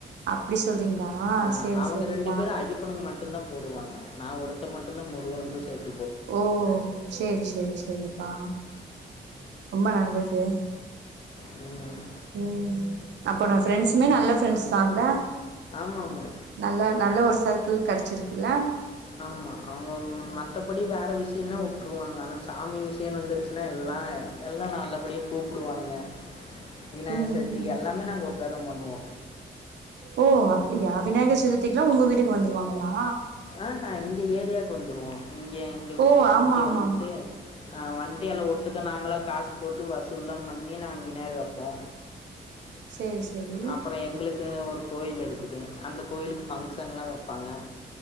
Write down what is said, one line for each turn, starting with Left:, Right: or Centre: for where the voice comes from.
Right: அப்டி சொல்றீங்களா
Left: அ
Right: செரி
Left: அவங்க
Right: செரிப்பா
Left: ரெண்டு பேரு ஐயப் தனுங்க மட்டுதா போடுவாங்க நா ஒருத்த மட்டுதா முருகனுக்கு சேத்
Right: ஓ சேரி சேரி சேரிப்பா ரொம்ப நல்லது
Left: ம்
Right: ம் அப்ப நா ஃப்ரெண்ட்ஸ்மே நல்ல ஃப்ரெண்ட்ஸ்தான்ல
Left: ஆமா ஆமா
Right: நல்லா நல்ல ஒரு சர்க்கிள் கெடைச்சிருக்குல்ல
Left: ஆமா அவங்க மத்தபடி வேற விஷ் த்தினா விட்ருவாங்க ஆனா சாமி விஷயன்னு வந்துடுச்சுனா எல்லா எல்லா நல்லபடியே கூப்பிடுவானுங்க விநாயக
Right: ம்
Left: சதுதி எல்லாமே நாங்க ஒருக்காதா பண்ணுவோ
Right: ஓ அப்படியா விநாயகர் சதுர்த்திகல்லா உங்க வீட்டுக்கு வந்துருவாங்களா
Left: அஹ இங்க ஏரியாக்கு வந்துருவோ இங்க இங்க
Right: ஓ ஆமா
Left: இங்க
Right: ஆமா
Left: வண்ட்டு
Right: ஆமா
Left: அ வண்டியலா ஒட்டுக்க நாங்களே காசு போட்டு வசூல்லா பண்ணி நாங்க விநாயகர் வப்போ
Right: சேரி சேரி
Left: அப்றோ எங்குளுக்கு ஒரு கோயில் இருக்குது அந்த கோயிலுக்கு ஃபங்க்ஷன்லா வப்பாங்க